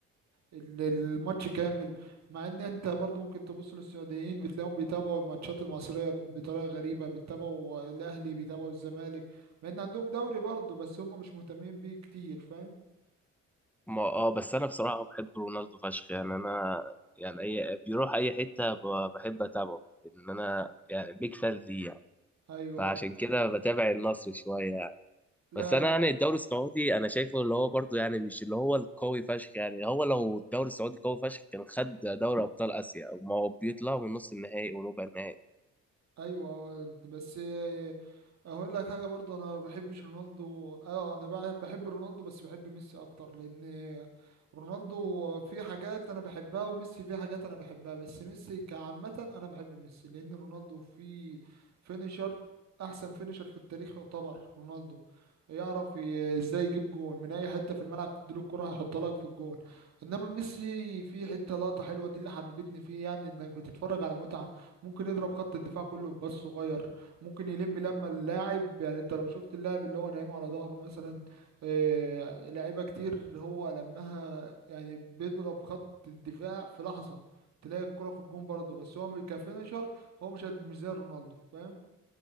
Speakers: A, on the right; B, in the centre.
A: ال- الماتش كامل مع ان انت برضو ممكن تبص للسعوديين بتلاقيهم بيتابعوا الماتشات المصرية ب- بطريقة غريبة بيتابعوا الاهلي بيتابعوا الزمالك مع ان عندهم دوري برضو بس هم مش مهتمين بيه كتير فاهم
B: ما اه بس انا بصراحه بحب رونالدو فشخ يعني انا يعني اي بيروح اي حته ب- بحب اتابعه ان انا يعني بيك فان ليه يعني.
A: ايوه
B: فعشان
A: آه.
B: كده بتابع النصر شويه
A: لا
B: بس انا
A: لا
B: يعني الدوري السعودي انا شايفه اللي هو برضو يعني مش اللي هو القوي فشخ يعني هو لو الدوري السعودي قوي فشخ كان خد دوري ابطال اسيا ما هو بيطلعوا من نص النهائي وربع النهائي
A: ايوه بس هقول لك حاجه برضه انا ما بحبش رونالدو اه انا بع- بحب رونالدو بس بحب ميسي اكتر لان رونالدو في حاجات انا بحبها وميسي في حاجات انا بحبها بس ميسي كعامه انا بحب ميسي لان رونالدو في فينيشر احسن فينيشر في التاريخ يعتبر رونالدو يعرف ي- ازاي يجيب جون من اي حته في الملعب تديله الكره هيحطها لك في الجون انما ميسي في حته لقطه حلوه دي اللي حببتني فيه يعني انك بتتفرج على متعه ممكن يضرب خط الدفاع كله بباص صغير ممكن يلم لما اللاعب يعني انت لو شفت اللاعب اللي هو نايمه على ظهره مثلا آه، لعيبه كتير هو لمها يعني بيضرب خط الدفاع في لحظه تلاقي الكرة في الجون برضه بس هو م- كفينشر هو مش قد مش زي رونالدو فاهم